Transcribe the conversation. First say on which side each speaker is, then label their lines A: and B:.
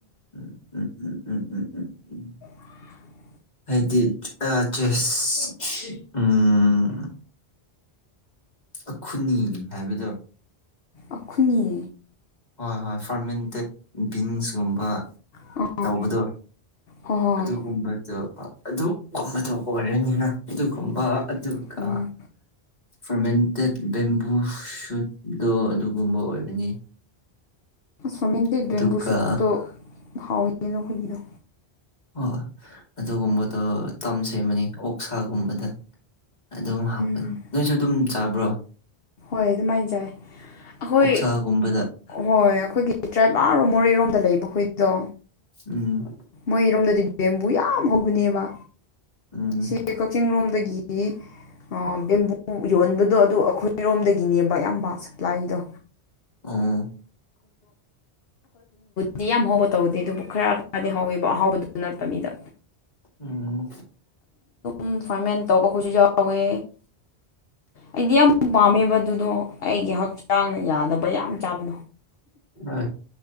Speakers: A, on the left (about 40°); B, on the left (about 65°).
A: ꯎꯝ ꯎꯝ ꯎꯝ ꯎꯝ ꯎꯝ ꯎꯝ
B: <inaudible>
A: ꯍꯥꯏꯗꯤ ꯑ ꯆꯦꯁ ꯎꯝ ꯑꯈꯨꯅꯤ ꯍꯥꯏꯕꯗꯣ
B: ꯑꯈꯅꯤ
A: ꯍꯣꯏ ꯍꯣꯏ ꯐꯥꯔꯃꯦꯟꯇꯦꯠ ꯕꯤꯟꯁꯀꯨꯝꯕ
B: ꯑꯥ
A: ꯇꯧꯕꯗꯣ
B: ꯍꯣꯏ ꯍꯣꯏ
A: ꯑꯗꯨꯒꯨꯝꯕꯗꯣ ꯑꯗꯨꯒꯨꯝꯕꯗ ꯑꯣꯏꯔꯅꯤꯅ ꯑꯗꯨꯒꯨꯝꯕ ꯑꯗꯨꯒ
B: ꯎꯝ
A: ꯐꯔꯃꯦꯟꯇꯦꯠ ꯕꯦꯝꯕꯨ ꯁꯨꯠꯗꯣ ꯑꯗꯨꯒꯨꯝꯕ ꯑꯣꯏꯒꯅꯤ
B: ꯐꯣꯔꯃꯦꯟꯇꯦꯠ
A: ꯑꯗꯨꯒ
B: ꯕꯦꯝꯕꯨ ꯁꯨꯠꯇꯣ ꯍꯥꯎꯏꯒꯅꯣ ꯑꯩꯈꯣꯏꯒꯤꯗꯣ
A: ꯍ ꯑꯗꯨꯒꯨꯝꯕꯗꯣ ꯇꯝ ꯁꯦꯝꯃꯅꯤ ꯑꯣꯛꯁꯥꯒꯨꯝꯕꯗ ꯑꯗꯨꯝ ꯍꯥꯞꯄꯅꯤ
B: ꯎꯝ
A: ꯅꯣꯏꯁꯨ ꯑꯗꯨꯝ ꯆꯥꯕ꯭ꯔꯣ
B: ꯍꯣꯏ ꯑꯗꯨꯃꯥꯏꯅ ꯆꯥꯏ ꯑꯩꯈꯣꯏ
A: ꯑꯣꯛꯁꯥꯒꯨꯝꯕꯗ
B: ꯍꯣꯏ ꯑꯩꯈꯣꯏꯒꯤ ꯇꯔꯥꯏꯕꯔꯣ ꯃꯣꯔꯦꯔꯣꯝ ꯂꯩꯕ ꯑꯩꯈꯣꯏꯗꯣ
A: ꯎꯝ
B: ꯃꯣꯏꯔꯣꯝꯗꯗꯤ ꯕꯦꯝꯕꯨ ꯌꯥꯝ ꯍꯧꯕꯅꯦꯕ
A: ꯎꯝ
B: ꯁꯤ ꯀꯣꯆꯤꯡ ꯔꯨꯝꯗꯒꯤ ꯒꯤ ꯕꯦꯝꯕꯨ ꯌꯣꯟꯕꯗꯣ ꯑꯗꯨ ꯑꯩꯈꯣꯏ ꯑꯩꯔꯣꯝꯗꯒꯤ ꯅꯦꯝꯕ ꯑꯌꯥꯝꯕ ꯁꯄ꯭ꯂꯥꯏꯗꯣ
A: ꯑꯥ
B: ꯗꯤ ꯌꯥꯝ ꯍꯧꯕ ꯇꯧꯗꯦ ꯑꯗꯨꯕꯨ ꯈꯔ ꯈꯔꯗꯤ ꯍꯧꯋꯦ ꯑꯍꯥꯎꯕꯗꯨ ꯅꯠꯇꯕ ꯃꯤꯗ
A: ꯎꯝ
B: ꯝ ꯐꯥꯔꯃꯦꯟ ꯇꯧꯕꯈꯠꯁꯨ ꯌꯥꯎꯋꯦ ꯑꯩꯗꯤ ꯌꯥꯝ ꯄꯥꯝꯃꯦꯕ ꯑꯗꯨꯗꯣ ꯑꯩꯒꯤ ꯍꯛꯆꯥꯡꯅ ꯌꯥꯗꯕ ꯌꯥꯝ ꯆꯥꯕꯗꯣ
A: ꯑ